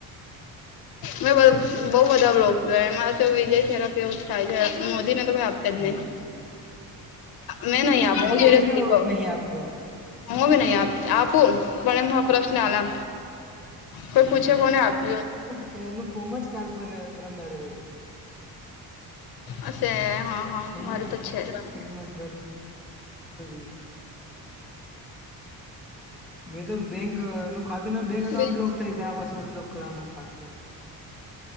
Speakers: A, on the left (about 70°); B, in the centre.
A: મેં બધ બો બધા બ્લોગ જોય એમાં તો વિજય થેરપી એવું જ થાય છે મોદીને તો કોઈ આપ તજ નહીં
B: હમ
A: મવ નહીં આપું
B: મેં
A: હું
B: તો
A: સિરિયસલી
B: કોઈને વોટ
A: કહુ
B: નહીં આપતો
A: હું બી નઈ આપ આપું પણ પ્રશ્ન હલા કોઈ પૂછે કોને આપ્યું હોત
B: કે એનું ફોમ જ કાલ પર પરંદ દાડે ભરી
A: અશે હા હા
B: હમણાં
A: મારું તો છે. <inaudible>
B: એમ જ ભરલું જ નહી મેં તો બેંક નું ખાતું બેંક અકાઉન્ટ
A: બિલ
B: લોક થાય ગયા આ પાછુ અનલોક કરવાનું ખાતું.